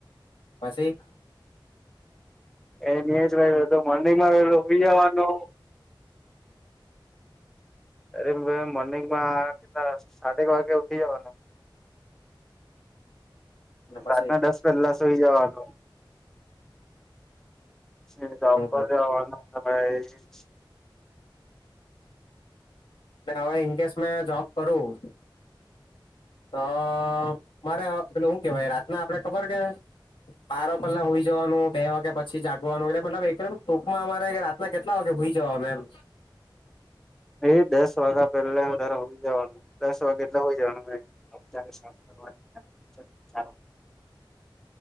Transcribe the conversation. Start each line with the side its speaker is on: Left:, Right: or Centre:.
Left: પાછી
Centre: એ જ નહી માલો મીજવાનો અરે મોર્નિંગમાં સાડક વાગ થવાના
Left: ને પછી
Centre: રાતના દસ પહેલા સુઈ જવાનું એ સાપર
Left: હમ
Centre: જવાનુંય <inaudible>
Left: હવે ઇન કેસ મેં જોબ કરું તો મારે પટલે શું કેવાય રાતના આપડે ખબર કે બારો પહેલા હોઈ જવાનું બે વાગે પછી જાગવાનું એટલે એકમ ટૂંકમાં અમારે રાતના કેટલા વાગે હોઈ જવાને એમ
Centre: એ દસ વાગ્યા પેલા તારે હોય જવાનું દસ વાગે એટલા હોય જવાનું અત્યારે સા કરવાનીાલો